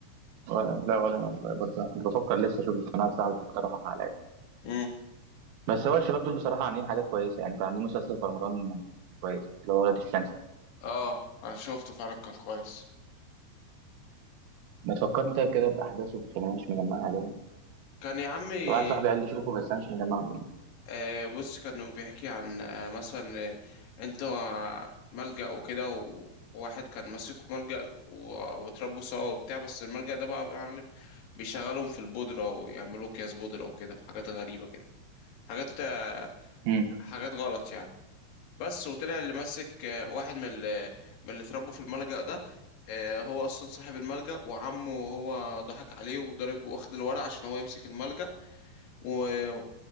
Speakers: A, on the right; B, on the left.
A: ولا لا ولا انا والله برضه انا كنت بفكر لسه اشوف القناه صاحبي اقترح عليا
B: امم
A: بس هو الشباب دول بصراحه عاملين حاجات كويسه يعني كان عاملين مسلسل في رمضان كويس اللي هو ولاد الشمس ده.
B: اه أنا شفته فعلا كان كويس
A: ما تفكرني طيب كده باحداثه عشان انا مش مجمعها كده
B: كان يا عمي
A: واحد صاحبي قال لي شوفه بس انا مش مجمعه
B: آه، بص كانوا بيحكي عن آه، مثلا آه، انت و- ملجأ وكده و- وواحد كان ماسك ملجأ و- واتربوا سوا وبتاع بس الملجأ ده بقى يا معلم بيشغلهم في البودرة ويعملوا أكياس بودرة وكده وحاجات غريبة كده حاجات آه،
A: امم
B: حاجات غلط يعني بس وطلع اللي ماسك آه، واحد من اللي من اللي اتربوا في الملجأ ده آه، هو أصلا صاحب الملجأ وعمه هو ضحك عليه وضرب واخد الورق عشان هو يمسك الملجأ و-